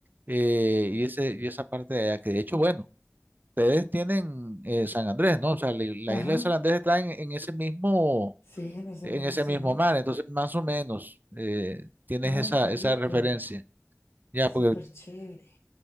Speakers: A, on the right; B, on the left.
A: eh, y, ese, y esa parte de allá, que de hecho, bueno ustedes tienen eh, San Andrés, ¿no? O sea, la, la
B: Ajá.
A: isla de San Andrés está en, en ese mismo,
B: Sí, en esa
A: en
B: misma
A: ese
B: zona.
A: mismo mar, entonces más o menos eh, tienes
B: Ay,
A: esa,
B: qué
A: esa
B: rico.
A: referencia, ya, porque
B: Súper chévere.